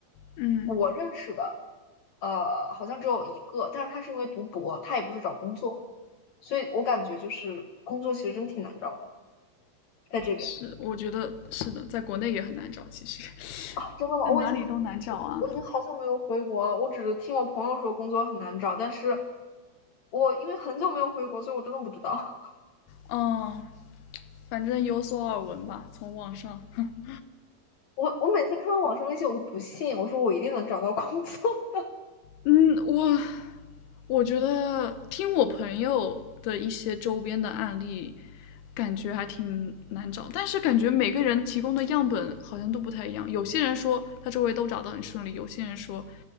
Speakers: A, on the left; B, on the left.
A: 嗯。
B: 我认识的，呃，好像只有一个，但是她是因为读博，她也不是找工作，所以我感觉就是工作其实真挺难找的，在这边
A: 是，我觉得是的，在国内也很难找，其实 <laughs>
B: 啊，真的吗？
A: 在哪里都难找啊。
B: 我已经我我已经好久没有回国了，我只是听我朋友说工作很难找，但是。我因为很久没有回国，所以我真的不知道。
A: 嗯，反正有所耳闻吧，从网上。哼
B: 我我每次看到网上那些，我都不信，我说我一定能找到工作
A: 嗯，我我觉得听我朋友的一些周边的案例，感觉还挺难找，但是感觉每个人提供的样本好像都不太一样。有些人说他周围都找得很顺利，有些人说，